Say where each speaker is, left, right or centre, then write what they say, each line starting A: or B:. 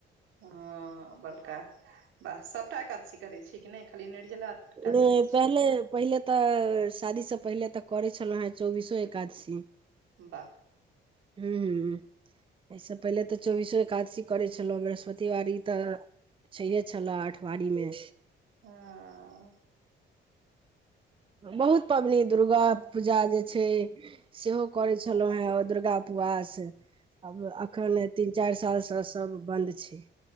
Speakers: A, on the right (about 85°); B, on the right (about 25°).
A: हँ बड़का बाह सभटा एकादशी करै छी कि नै खाली निर्जला टा
B: नै
A: करै छी
B: पहिले पहिले तऽ शादीसँ पहिले तऽ करै छलौ हें चौबीसो एकादशी
A: वाह
B: <unintelligible> यै स पहिले तऽ चौबीसो एकादशी करै छलौ बृहस्पतिवारी तऽ छैे छला आठबारी में
A: हऽ
B: बहुत पबनि दुर्गा पूजा जे छै सेहो करै छलौ हे दुर्गा उपवास आब एखन तीन चाइर साल स सब बन्द छै